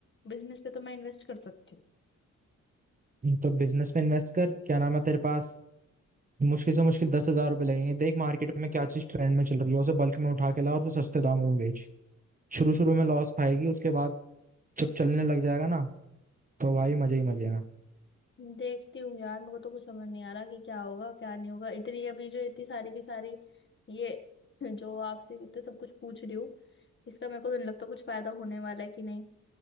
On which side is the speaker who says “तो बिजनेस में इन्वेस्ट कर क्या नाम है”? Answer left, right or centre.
Right